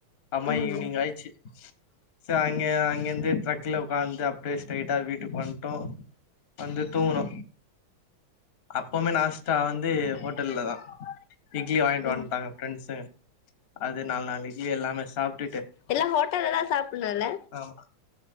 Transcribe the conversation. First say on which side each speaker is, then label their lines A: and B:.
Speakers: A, on the left (about 40°); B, on the left (about 70°).
A: அம்ம
B: ம்
A: ஈவினிங் ஆய்ச்சு ச அங்க அங்கருந்து டிரக்ல உக்காந்து அப்டியே ஸ்ட்ரைட்டா வீட்டுக்கு வந்ட்டோ வந்து தூங்குனோ அப்பமே நாஸ்டா வந்து ஹோட்டல்ல தா இட்லி வாங்கிட்டு
B: ம்
A: வந்ட்டாங்க ஃப்ரெண்ட்ஸ்ங்க அது நால்நாலு இட்லி எல்லாமே சாப்ட்டுட்டு
B: எல்லா ஹோட்டல்ல தா சாப்புட்ணுல
A: ஆமா